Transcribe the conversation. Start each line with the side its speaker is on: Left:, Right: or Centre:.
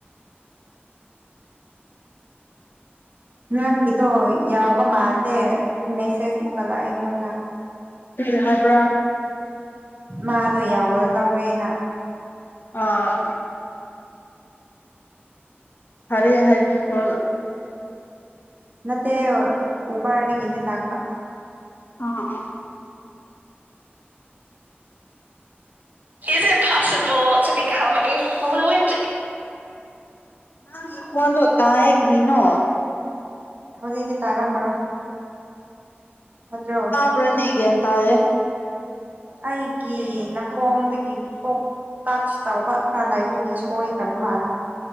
Right: ꯅꯪꯒꯤꯖꯣ ꯌꯥꯎꯕ ꯃꯥꯂꯦ ꯃꯦꯁꯦꯖꯕꯨꯛꯂ ꯑꯩꯉꯣꯟꯗ
Left: ꯀ꯭ꯔꯤ ꯍꯥꯏꯕ꯭ꯔꯥ
Right: ꯃꯥꯗꯣ ꯌꯥꯎꯔ ꯂꯧꯔꯦꯅ
Left: ꯑꯥ ꯐꯔꯦ ꯍꯥꯏꯕꯔꯤꯈꯣ
Right: ꯅꯠꯇꯦ ꯎꯕꯥꯔꯗꯒꯤꯅꯤ ꯂꯥꯛꯕ
Left: ꯑ ꯑꯥꯎ
Right: ꯢꯖꯤꯠ possible to become a fluent
Left: ꯅꯪꯒꯤ ꯈꯣꯟꯗꯣ ꯇꯥꯢꯌꯦ ꯀ꯭ꯔꯤꯅꯣ
Right: ꯍꯧꯖꯤꯛ ꯇꯔ ꯇꯥꯔꯝꯃꯔꯣꯏ ꯑꯗꯣ
Left: ꯒꯌꯥꯟ ꯇꯥꯗꯦ
Right: ꯑꯩꯒꯤ ꯅꯥꯀꯣꯡꯗꯒꯤ ꯊꯣꯛ ꯇꯠꯁ ꯑꯇꯥꯎꯕ ꯈꯔ ꯂꯩꯕꯗꯤ ꯁꯣꯏꯈ꯭ꯔꯕ ꯃꯥꯜꯂꯦ